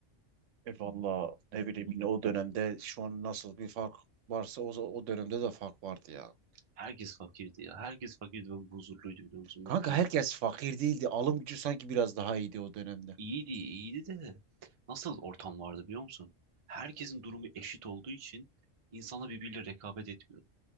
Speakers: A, on the right (about 75°); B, on the right (about 45°).
A: E valla ne bileyim yine o dönemde şu an nasıl bir fark varsa o, o dönemde de fark vardı ya.
B: Herkes fakirdi ya. Herkes fakirdi ve huzurluydu biliyor musun?
A: Kanka
B: Mutluydu.
A: herkes fakir değildi. Alım gücü sanki biraz daha iyiydi o dönemde.
B: İyiydi, iyiydi de nasıl ortam vardı biliyor musun? Herkesin durumu eşit olduğu için insanlar birbiriyle rekabet etmiyordu.